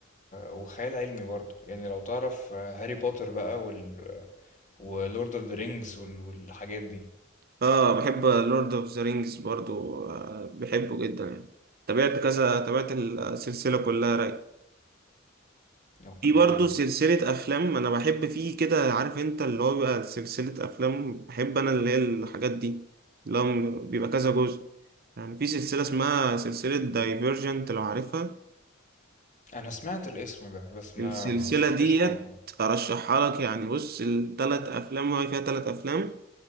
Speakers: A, on the left; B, on the right.
A: وخيال علمي برضه يعني لو تعرف هاري بوتر بقى وال... ولورد اوف ذا رينجز وال... والحاجات دي
B: اه بحب لورد اوف ذا رينجز برضو آه بحبه جدا يعني تابعت كذا تابعت السلسلة كلها راي
A: اوكي
B: في برضو سلسلة أفلام أنا بحب فيه كده عارف أنت اللي هو بيبقى سلسلة أفلام بحب أنا اللي هي الحاجات دي اللي هو بيبقى كذا جزء يعني في سلسلة اسمها سلسلة دايفيرجنت لو عارفها
A: انا سمعت الاسم ده بس ما
B: السلسلة
A: ما شفتش
B: ديت
A: حاجه بقى
B: أرشحها لك يعني بص التلات أفلام هو فيها تلات أفلام